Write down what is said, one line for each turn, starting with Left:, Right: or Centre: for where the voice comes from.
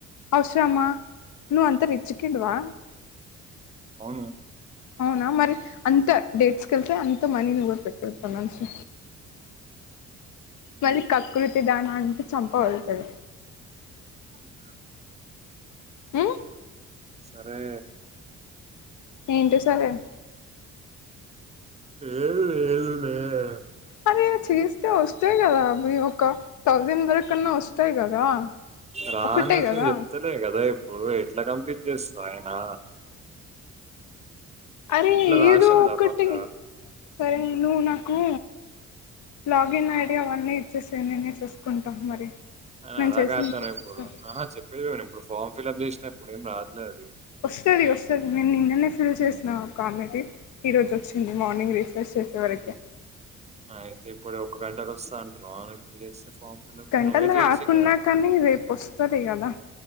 Left: అవ్సరమా నువ్వంత రిచ్ కిడ్వా
Right: అవును
Left: అవునా మరి అంత డేట్స్కెల్తే అంత మనీ నువ్వే పెట్టు ఇప్పట్నుంచి
Right: ఉమ్,
Left: మళ్లి కకృతి దాన అంటే చెంపవగుల్తది
Right: ఉమ్
Left: ఉమ్
Right: సరే
Left: ఏంటి సరె
Right: ఏం లేదు లేదు లేదు కద
Left: మరి చేస్తే వస్తయి కదా అవి ఒక థౌజండ్ వరకన్నా వస్తయి కదా
Right: రాన్నట్లు
Left: ఒకటే కదా
Right: చెప్తలే కద ఇప్పుడు ఎట్ల కంప్లీట్ చేస్త అయినా
Left: అరే
Right: రాసిందా
Left: ఏదో ఒక్కటి
Right: పక్క
Left: సరె నువ్వు నాకు లాగిన్ ఐడి అవన్నీ ఇచ్చేసై నేనె చూసుకుంట మరి
Right: ఆ
Left: నేను
Right: అలాగ
Left: చేసి
Right: అతనిప్పుడు
Left: నీకు ఇచ్చేస్తా
Right: ఆహ చెప్పేదిను ఇప్పుడు ఫామ్ ఫిలిప్ చేసినప్పుడే ఏం రాట్లేదది
Left: వస్తది వస్తది నేను నిన్ననే ఫిల్ చేసిన ఒకామెది ఈ రోజు వచ్చింది మార్నింగ్ రిఫ్రెష్ చేసేవరకి
Right: అయితిప్పుడు ఒక గంటకొస్తది అంటరు అవును ఇప్పుడు చేస్తే ఫామ్ ఫిల్అప్
Left: గంటల
Right: నువ్వే చేయొచ్చు
Left: రాకున్నా
Right: కదా
Left: కానీ రేపోస్తది కదా